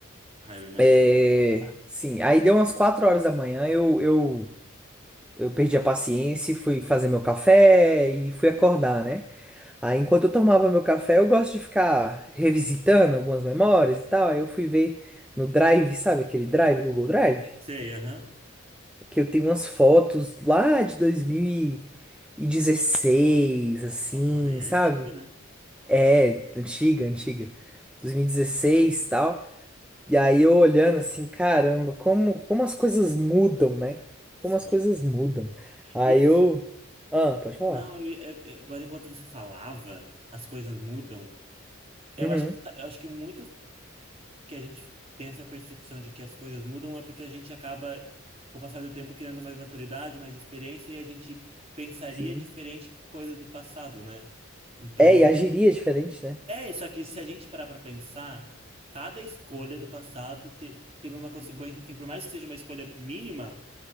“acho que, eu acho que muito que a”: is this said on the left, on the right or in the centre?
Right